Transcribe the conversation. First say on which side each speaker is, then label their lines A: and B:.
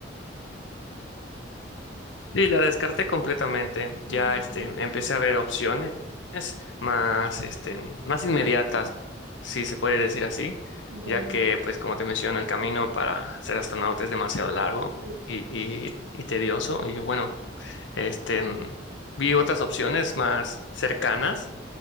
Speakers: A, on the left; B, on the right.
A: Y la descarté completamente.
B: Ya,
A: Ya
B: ya,
A: este,
B: ya,
A: empecé a ver opciones más, este, más inmediatas, si se puede decir así,
B: ya.
A: ya que, pues, como te menciono, el camino para ser astronauta es demasiado largo
B: Sí,
A: y,
B: sí,
A: y, y tedioso. Y bueno, este, vi otras opciones más cercanas